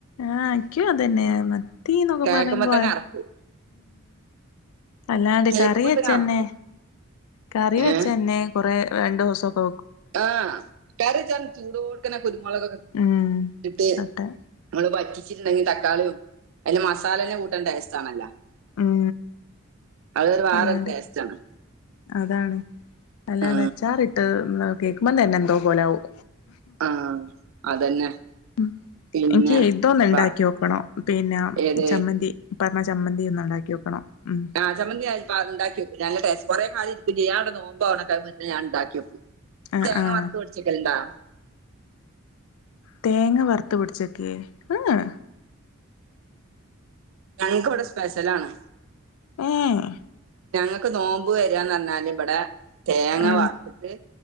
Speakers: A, on the left; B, on the right.
A: ആഹ് ഇനിക്കോ അതന്നെയ മത്തി എന്നൊക്കെ
B: കേൾക്കുമ്പോ
A: പറയുമ്പോ
B: തന്നെ
A: അത്
B: അറപ്പ്
A: അല്ലാണ്ട്
B: കേൾക്കുമ്പോ
A: കറി വെച്ചന്നെ
B: തന്നെ അറപ്പ്
A: കറി വെച്ചന്നെ
B: ഏഹ്
A: കൊറ രണ്ടു ദിവസംക്കെ
B: ആഹ് കറി ച്ചാൻ ചൂട് കൊടുക്കനെ കുരുമുളകക്കെ
A: ഉം
B: ഇട്ട്
A: അട്ടെ
B: നമ്മള് പറ്റിച്ചിട്ടുണ്ടെങ്കി തക്കാളിയും അതി മസാല തന്നെ കൂട്ടാൻ ടേസ്റ്റ് ആണല്ലോ
A: ഉം
B: അതൊരു വേറെ
A: അല്ലാണ്ട്
B: ടേസ്റ്റ് ആണ്
A: അതാണ് അല്ലാണ്ട്
B: ആ
A: അച്ചാറി ഉം ആ കേൾക്കുമ്പോതന്നെ എന്തോ പോലെകും.
B: ആ അതന്നെ
A: ഉം
B: പിന്നെ
A: എനിക്ക് ഇതൊന്ന് ഉണ്ടാക്കി
B: പ-
A: വോക്കണോ പിന്നെ
B: ഏത്
A: ചമ്മന്തി. പറഞ്ഞ ചമ്മന്തി ഒന്നും ഉണ്ടാക്കി വെക്കണം ഉം
B: ആ ചമ്മന്തി ഉണ്ടാക്കിക്കുഞല്ല ടെസ്സ കൊറെ കാര് ഇ ചെയ്യാന നോപോ അവണ മുന്നേ ഞാൻ ഉണ്ടാക്കിക്കും.
A: ആഹ്
B: തേങ്ങ
A: ആഹ്
B: വറുത്ത പിടിച്ചക്കണ്ടോ?
A: തേങ്ങ വറുത്തു പിടിച്ചൊക്കേ എഹ്
B: ഞങ്ങൾക്ക്വിടെ സ്പെഷ്യല ആണ്.
A: ഏഹ്
B: ഞങ്ങക്ക് നോമ്പ് വരന്ന് പറഞ്ഞാൽ ഇവിടെ തേങ്ങ
A: ഏഹ് ആഹ്
B: വറത്തിട്ട്